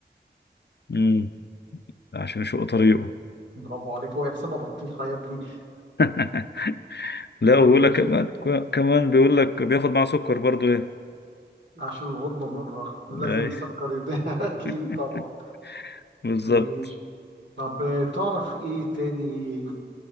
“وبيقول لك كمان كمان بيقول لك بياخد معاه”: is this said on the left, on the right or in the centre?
Left